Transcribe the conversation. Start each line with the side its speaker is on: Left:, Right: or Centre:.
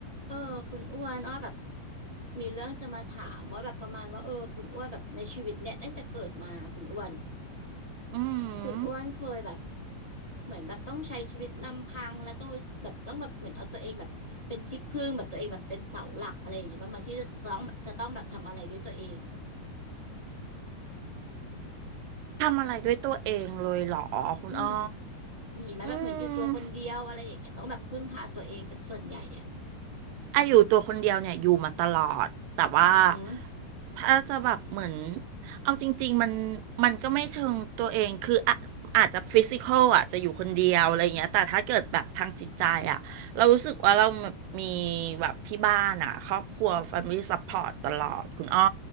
Left: เออคุณอ้วนอ้อแบบมีเรื่องจะมาถามว่าแบบประมาณว่าเออคุณอ้วนแบบในชีวิตเนี่ยตั้งแต่เกิดมาคุณอ้วน
Right: อืม
Left: คุณอ้วนเคยแบบเหมือนแบบต้องใช้ชีวิตลำพังและต้องแบบต้องแบบเหมือนเอาตัวเองแบบเป็นที่พึ่งแบบตัวเองแบบเป็นเสาหลักอะไรอย่างงี้บ้างไหมที่จะต้องจะต้องแบบทำอะไรด้วยตัวเองอ่ะ
Right: ทำอะไรด้วยตัวเองเลยเหรอคุณอ้อ
Left: อืมมีไหมแบบเหมือนอยู่ตัวคนเดียวอะไรอย่างเงี้ยต้องแบบพึ่งพาตัวเองเป็นส่วนใหญ่อ่ะ
Right: อืม อายุตัวคนเดียวเนี่ยอยู่มาตลอดแต่ว่า
Left: อือหือ
Right: ถ้าจะแบบเหมือนเอาจริงๆมันมันก็ไม่เชิงตัวเองคืออะอาจจะฟิสิกอลอ่ะจะอยู่คนเดียวอะไรเงี้ยแต่ถ้าเกิดแบบทางจิตใจอ่ะเรารู้สึกว่าเราแบบมีแบบที่บ้านอ่ะครอบครัว Family Support ตลอดคุณอ้อ